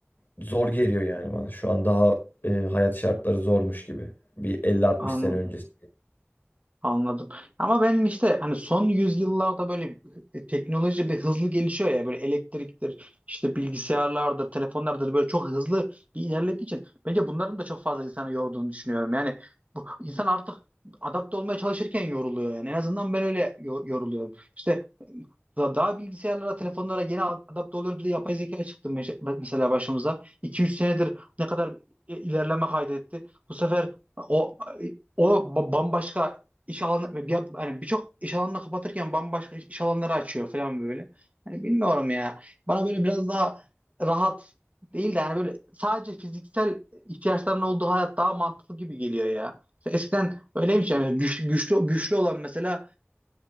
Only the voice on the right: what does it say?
Anladım.
Anladım. Ama benim işte hani son yüzyıllarda böyle e, teknoloji bir hızlı gelişiyor ya böyle elektriktir, işte bilgisayarlardır, telefonlardır böyle çok hızlı bir ilerlediği için bence bunların da çok fazla insanı yorduğunu düşünüyorum. Yani bu insan artık adapte olmaya çalışırken yoruluyor yani. En azından ben öyle yo- yoruluyorum. İşte da- Daha bilgisayarlara, telefonlara yeni ad- adapte oluyoruz. Bir de yapay zeka çıktı meş- mesela başımıza. 2-3 senedir ne kadar i- ilerleme kaydetti. Bu sefer o o ba- bambaşka iş alanı bir, hani birçok iş alanını kapatırken bambaşka iş iş alanları açıyor falan böyle. Hani bilmiyorum ya. Bana böyle biraz daha rahat değil de yani böyle sadece fiziksel ihtiyaçların olduğu hayat daha mantıklı gibi geliyor ya. Eskiden öyleymiş yani güçlü güçlü, güçlü olan mesela